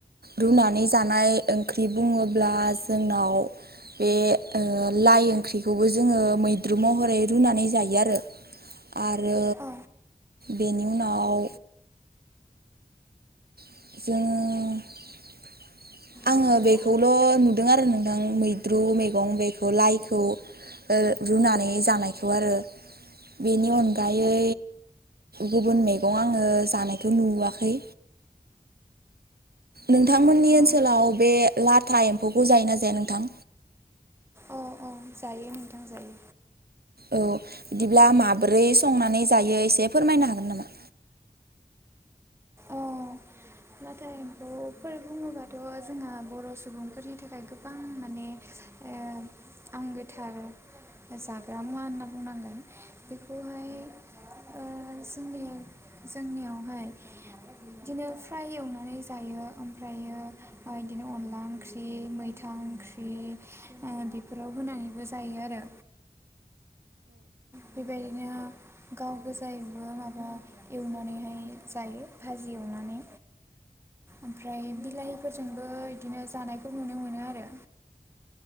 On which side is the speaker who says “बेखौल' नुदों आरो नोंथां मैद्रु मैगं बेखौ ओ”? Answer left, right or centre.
Right